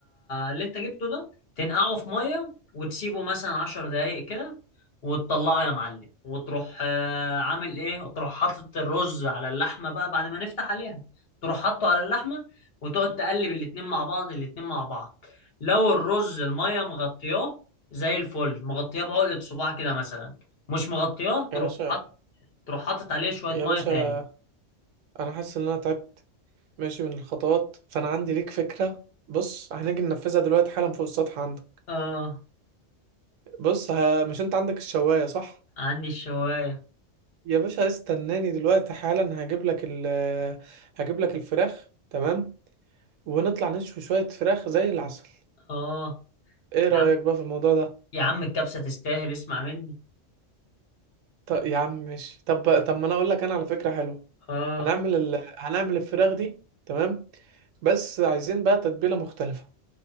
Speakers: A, on the left (about 50°); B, on the right (about 85°).
A: اللي انت جبته ده تنقعه في ميه وتسيبه مثلا عشر دقايق كده وتطلعه يا معلم وتروح آه، عامل ايه وتروح حاطط الرز على اللحمه بقى بعد ما نفتح عليها تروح حاطه على اللحمه وتقعد تقلب الاتنين مع بعض الاتنين مع بعض لو الرز الميه مغطياه زي الفل مغطياه بعقدة صباع كده مثلا مش مغطياه
B: يا
A: تروح
B: باشا
A: حاطط تروح حاطط عليه شويه
B: يا
A: ميه
B: باشا
A: تاني
B: انا حاسس ان انا تعبت ماشي من الخطوات فانا عندي ليك فكرة بص هنيجي ننفذها دلوقتي حالا فوق السطح عندك
A: اه
B: بص ها مش انت عندك الشواية صح
A: عندي الشوايه
B: يا باشا استناني دلوقتي حالا هجيب لك ال هجيب لك الفراخ تمام ونطلع نشوي شوية فراخ زي العسل
A: اه
B: ايه
A: يا
B: رأيك
A: عم
B: بقى في الموضوع ده
A: يا عم الكبسه تستاهل اسمع مني
B: طب يا عم ماشي طب طب ما انا اقول لك انا على فكرة حلوة
A: اه
B: هنعمل ال... هنعمل الفراخ دي تمام بس عايزين بقى تتبيلة مختلفة